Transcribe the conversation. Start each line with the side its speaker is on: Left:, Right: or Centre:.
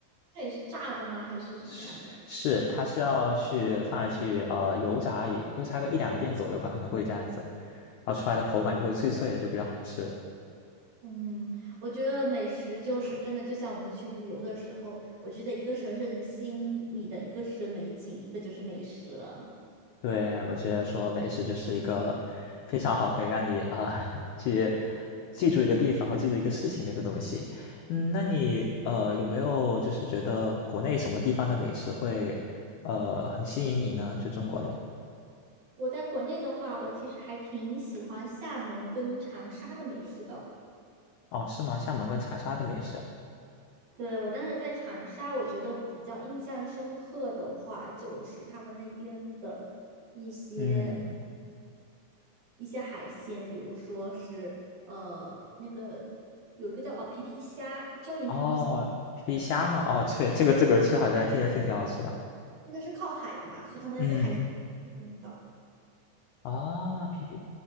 Right: 它也是炸的吗？还是什么样的？
Left: 是是，它是要去放下去，呃，油炸也油炸个一两遍左右吧，可能会这样子，然后出来的口感就会脆脆的，就比较好吃。
Right: 嗯，我觉得美食就是真的，就像我们去旅游的时候，我觉得一个城市能吸引你的，一个是美景，一个就是美食了。
Left: 对，我觉得说美食就是一个非常好可以让你，啊，<laughs> 去记住一个地方或记住一个事情的一个东西。嗯，那你，呃，有没有就是觉得国内什么地方的美食会，呃，很吸引你呢？就中国的。
Right: 我在国内的话，我其实还挺喜欢厦门跟长沙的美食的。
Left: 哦，是吗？厦门跟长沙的美食，
Right: 对，我当时在长沙，我觉得比较印象深刻的话，就是他们那边的一些
Left: 嗯。
Right: 一些海鲜，比如说是呃那个有一个叫哦皮皮虾，椒盐皮皮虾，
Left: 哦，皮皮虾嘛，哦，对，这个这个吃好像听着挺挺好吃的。
Right: 因为它是靠海的嘛，所以他们那边的海，
Left: 嗯，
Right: 嗯的
Left: 啊，皮皮，